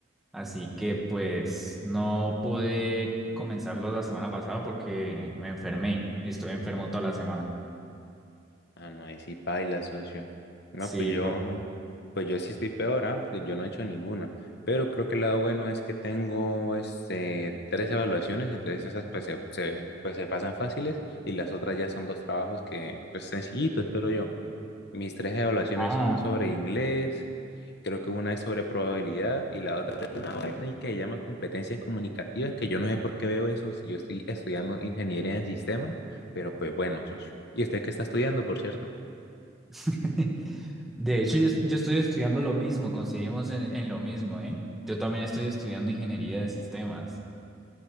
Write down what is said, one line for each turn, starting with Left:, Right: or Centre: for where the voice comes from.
Centre: Así que pues no pude comenzarlos la semana pasada porque me enfermé y estuve enfermo toda la semana.
Left: Ah, no, ahí sí paila, socio. No,
Centre: Sí,
Left: pues yo,
Centre: bro.
Left: pues yo sí estoy peor, ah, Porque yo no he hecho ninguna. Pero creo que el lado bueno es que tengo este, tres evaluaciones, entonces esas pues se, se- pues se pasan fáciles y las otras ya son dos trabajos que, pues sencillitos, espero yo. Mis tres evaluaciones
Centre: Ah,
Left: son sobre inglés, creo que una es sobre probabilidad y la otra es de una vaina y que se llama competencias comunicativas, que yo no sé por qué veo eso si yo estoy estudiando ingeniería en sistemas, pero pues bueno, socio. ¿Y usted qué está estudiando, por cierto?
Centre: <laughs> de hecho yo, yo estoy estudiando lo mismo, coincidimos en, en lo mismo, ¿eh? Yo también estoy estudiando ingeniería de sistemas.